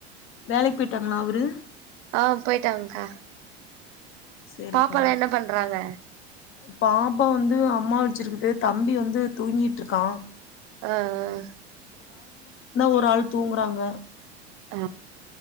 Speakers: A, on the left; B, on the right.
A: வேலைக் பெய்ட்டாங்ளா அவுரு
B: ஆ பொயிட்டாங்க்கா
A: சேரிப்பா
B: பாப்பாலா என்ன பண்றாங்க
A: பாப்பா வந்து அம்மா வெச்சிருக்குது தம்பி வந்து தூங்கிட் ட்ருக்கா
B: அ அ
A: ஒரு ஆள் தூங்குறாங்க
B: ஹ